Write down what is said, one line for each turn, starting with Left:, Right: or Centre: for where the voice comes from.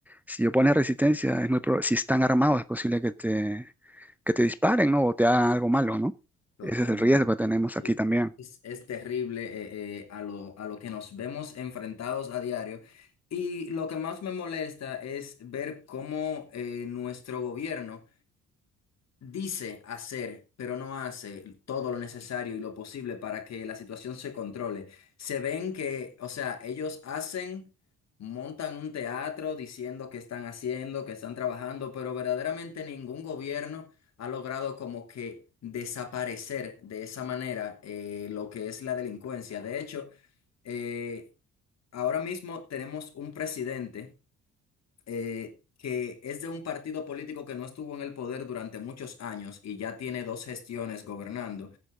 Centre: si yo pones resistencia, es muy prob- si están armados, es posible que te, que te disparen, ¿no? O te hagan algo malo, ¿no?
Left: totalmente.
Centre: Ese es el riesgo que tenemos
Left: Sí.
Centre: aquí también.
Left: Eh, Es, es terrible eh, eh, a lo, a lo que nos vemos enfrentados a diario. Y lo que más me molesta es ver cómo eh, nuestro gobierno... Dice hacer, pero no hace todo lo necesario y lo posible para que la situación se controle. Se ven que, o sea, ellos hacen, montan un teatro diciendo que están haciendo, que están trabajando, pero verdaderamente ningún gobierno ha logrado como que desaparecer de esa manera eh, lo que es la delincuencia. De hecho, eh, ahora mismo tenemos un presidente eh, que es de un partido político que no estuvo en el poder durante muchos años y ya tiene dos gestiones gobernando.